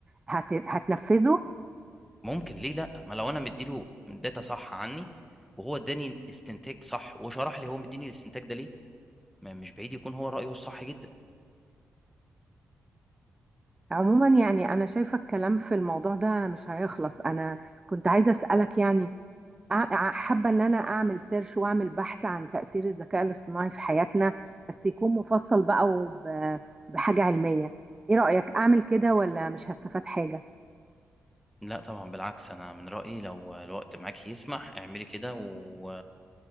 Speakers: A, on the right (about 15°); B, in the centre.
A: هت... هتنفذه
B: ممكن ليه لا ما لو انا مديله داتا صح عني وهو اداني استنتاج صح وشرح لي هو مديني الاستنتاج ده ليه ما مش بعيد يكون هو رايه الصح جدا
A: عموما يعني انا شايفه الكلام في الموضوع ده مش هيخلص انا كنت عايزه اسالك يعني أع- أع- حابة إن أنا أعمل سيرش وأعمل بحث عن تأثير الذكاء الاصطناعي في حياتنا بس يكون مفصل بقى وب- بحاجة علمية إيه رأيك أعمل كده ولا مش هستفاد حاجة؟
B: لا طبعا بالعكس انا من رأيي لو الوقت معاك يسمح اعملي كده و...